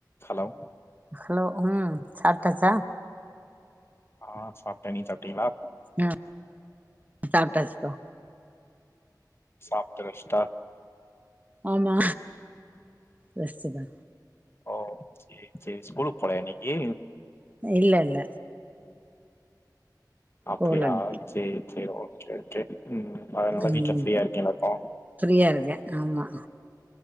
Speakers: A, on the left; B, on the right.
A: ஹலோ
B: ஹலோ ம் சாப்ட்டாச்சா
A: ஆ சாப்ட்டே நீங்க சாப்ட்டீங்களா
B: அ சாப்ட்டாச்சுப்பா
A: சாப்ட்டு ரெஸ்டா
B: ஆமா ரெஸ்ட்டுதா
A: ஓ செரி செரி ஸ்கூலுக்கு போலயா இன்னிக்கி
B: இல்ல இல்ல
A: அப்படியா
B: போல இன்னைக்கு
A: செரி செரி ஓகே ஓகே ம் அதனால
B: ம்
A: வீட்ல ஃப்ரீயா இருக்கீங்களாக்கோ
B: ஃப்ரீயா இருக்கே ஆமா